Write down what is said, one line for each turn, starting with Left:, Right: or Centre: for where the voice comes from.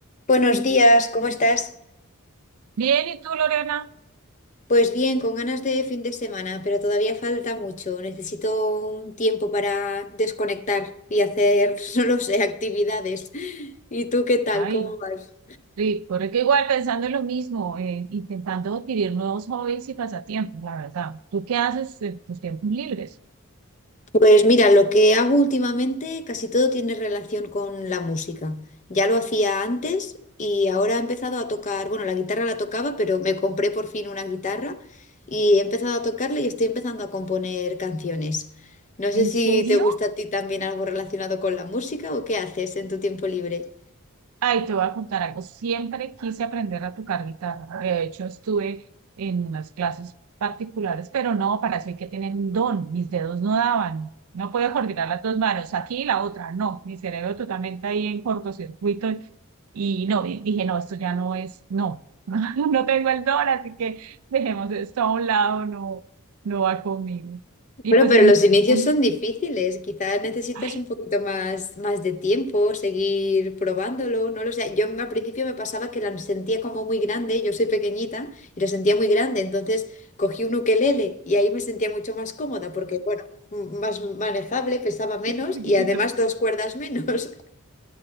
Left: Buenos días, ¿cómo estás?
Right: Bien, ¿y tú, Lorena?
Left: Pues bien, con ganas de fin de semana, pero todavía falta mucho. Necesito un tiempo para desconectar y hacer, <laughs> no lo sé, actividades. ¿Y tú qué tal?
Right: Ay,
Left: ¿Cómo vas?
Right: rico, que igual pensando en lo mismo, eh, intentando adquirir nuevos hobbies y pasatiempos, la verdad. ¿Tú qué haces en tus tiempos libres?
Left: Pues mira, lo que hago últimamente casi todo tiene relación con la música. Ya lo hacía antes y ahora he empezado a tocar, bueno, la guitarra la tocaba, pero me compré por fin una guitarra y he empezado a tocarla y estoy empezando a componer canciones. No sé
Right: ¿En
Left: si
Right: serio?
Left: te gusta a ti también algo relacionado con la música o qué haces en tu tiempo libre.
Right: Ay, te voy a contar algo. Siempre quise aprender a tocar guitarra. De hecho, estuve en unas clases particulares, pero no, para eso hay que tener un don. Mis dedos no daban. No puedo coordinar las dos manos, aquí y la otra, no. Mi cerebro totalmente ahí en cortocircuito. Y no, y dije, no, esto ya no es, no, <laughs> no tengo el don, así que dejemos esto a un lado, no, no va conmigo. Y
Left: Bueno,
Right: pues
Left: pero
Right: en
Left: los
Right: mi tiempo,
Left: inicios
Right: li-
Left: son difíciles. Quizás necesitas
Right: ay,
Left: un poquito más, más de tiempo, seguir probándolo, no lo sé. Yo al principio me pasaba que la sentía como muy grande, yo soy pequeñita y la sentía muy grande, entonces cogí un ukelele y ahí me sentía mucho más cómoda porque, bueno, m- más manejable, pesaba menos
Right: <laughs>
Left: y además dos cuerdas menos. <laughs>